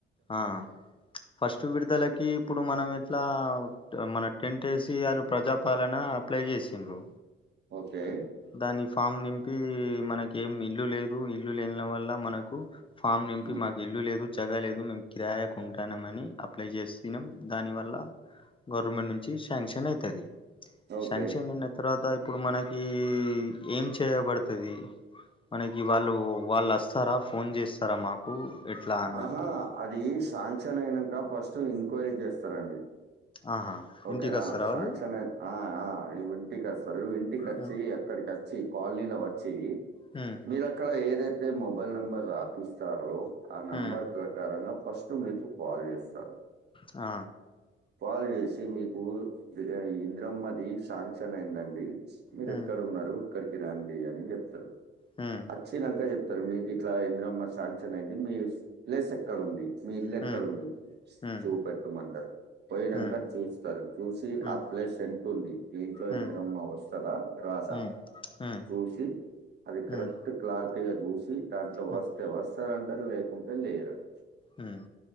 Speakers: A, on the left; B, on the right.
A: ఆ ఫస్ట్ విడుదలకి ఇప్పుడు మనం ఎట్లా మన టెంట్ యేసి వారు ప్రజాపాలన అప్లై చేసిండ్రు
B: ఓకే
A: దాన్ని ఫామ్ నింపి మనకి ఏం ఇల్లు లేదు ఇల్లు లేని వల్ల మనకు ఫామ్ నింపీ
B: హ్మ్.
A: మరి ఇల్లు లేదు జగ లేదు మేము కిరాయాకు ఉంటాన్నం అని అప్లై చేసినం దాని వల్ల గవర్నమెంట్ నుంచి శాంక్షన్ అయితది
B: ఓకే.
A: శాంక్షన్ అయిన తర్వాత ఇప్పుడు మనకి ఈ ఏం చేయబడతాది మనకి వాళ్ళు వాళ్ళు వస్తారా ఫోన్ చేస్తారా మాకు ఎట్లా అన్నట్టు
B: ఆహా! అది శాంక్షన్ అయినాంక ఫస్ట్ ఎంక్వైరీ చేస్తారు అండి
A: ఆహా
B: ఓకేనా
A: ఇంటికి వస్తారా
B: శాంక్షన్
A: వాళ్ళు
B: అయి ఆ ఆ ఇంటికి వస్తారు ఇంటికి వచ్చి
A: హ్మ్
B: అక్కడికి వచ్చి కాలనీలో వచ్చి
A: మ్మ్
B: మీరు అక్కడ ఏది అయితే మొబైల్ నెంబర్ రాపిస్తారో ఆ నెంబర్
A: హ్మ్
B: ప్రకారంగా ఫస్ట్ అప్పుడు మీకు కాల్ చేస్తారు
A: ఆ
B: కాల్ చేసి మీకు ఇ ఇందిరమ్మ ది శాంక్షన్ అయిందండి మీరు
A: హ్మ్
B: ఎక్కడ ఉన్నారు ఇక్కడికి రండి అని చెప్తారు
A: హ్మ్
B: వచ్చినంక చెప్ సర్ మీకు ఇట్లా ఇందిరమ్మా శాంక్షన్ అయింది మీ ప్లేస్ ఎక్కడ ఉంది మీ ఇల్లు ఎక్కడ
A: హ్మ్
B: ఉంది
A: హ్మ్
B: చూపెట్టమంటారు పోయినాంక
A: హ్మ్
B: చూస్తారు చూసి
A: హ్మ్
B: ఆ ప్లేస్ ఎంత ఉంది దీంట్లో
A: హ్మ్
B: ఇందిరమ్మ వస్తదా రాద
A: హ్మ్ హ్మ్
B: చూసి అది కరెక్ట్
A: హ్మ్
B: క్లారిటీగా చూసి దాంట్లో
A: హ్మ్
B: వస్తే వస్తాది అంటారు లేకుంటే లేదు అంటారు
A: మ్మ్